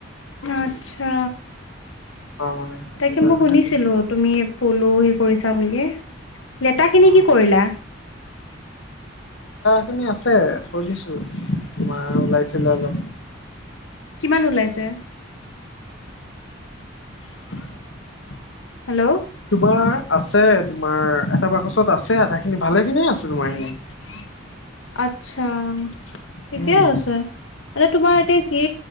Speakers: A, on the left; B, on the left.
A: আত্ছা
B: অ মানে
A: তাকে
B: সেইটো কাৰণেহে
A: মই শুনিছিলো
B: দিগদাৰ
A: তুমি, পলু হেৰি কৰিছা বুলি। লেতাখিনি
B: অ
A: কি কৰিলা?
B: সেইখিনি খিনি আছে, থৈ দিছো। তোমাৰ ওলাইছিলে অলপ।
A: কিমান ওলাইছে?
B: <unintelligible>
A: হেল্ল'।
B: তোমাৰ আছে তোমাৰ এটা বাকচত আছে আধা খিনি ভালে খিনি আছে তোমাৰ খিনি। <unintelligible>
A: আত্ছা, ঠিকে
B: উম
A: আছে। মানে তোমাৰ এতিয়া কি